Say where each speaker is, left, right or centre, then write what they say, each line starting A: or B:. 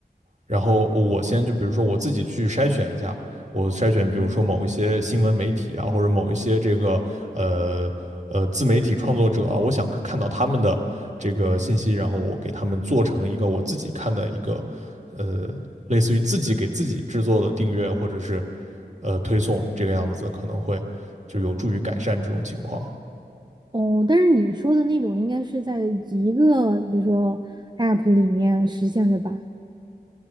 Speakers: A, on the right; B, on the right.
A: 然后我先就比如说我自己去筛选一下，我筛选比如说某一些新闻媒体啊，或者某一些这个呃呃自媒体创作者啊，我想看到他们的这个信息，然后我给他们做成一个我自己看的一个呃类似于自己给自己制作的订阅或者是呃推送这个样子，可能会就有助于改善这种情况。
B: 哦，但是你说的那种应该是在一个，比如说 App 里面实现的吧？